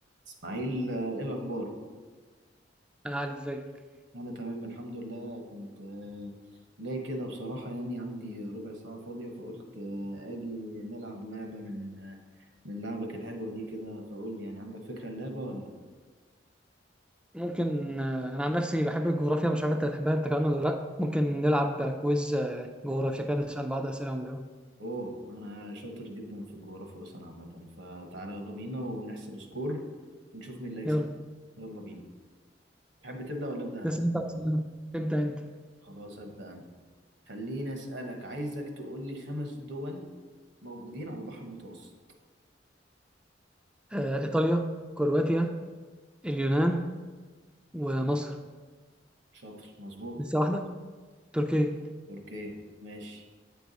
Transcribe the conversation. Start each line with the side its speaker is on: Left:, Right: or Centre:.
Right: اسماعيل آه، ايه الاخبار
Centre: آه، علي ازيك
Right: انا تمام الحمد لله كنت آه، جاي كده بصراحة يعني عندي ربع ساعة فاضية فقلت آه، اجي نلعب لعبة من آه، من لعبك الحلوة دي كده فقول لي يعني عندك فكرة اللعبة ولا
Centre: ممكن آه، انا عن نفسي بحب الجغرافيا مش عارف انت بتحبها انت كمان ولا لا ممكن نلعب كويز آه، جغرافيا كده نسال بعض اسئله ونجاوب
Right: اوه انا شاطر جدا في الجغرافيا اصلا عامة فتعالى يلا بينا ونحسب سكور ونشوف مين اللي هيكسب
Centre: يلا
Right: يلا بينا تحب تبدأ ولا أبدأ انا
Centre: تسال انت أسئلة. ابدا انت
Right: خلاص أبدأ انا خليني أسألك عايزك تقول لي خمس دول موجودين على البحر المتوسط
Centre: آه، ايطاليا كرواتيا اليونان ومصر
Right: شاطر مظبوط
Centre: لسه واحده تركيا
Right: تركيا ماشي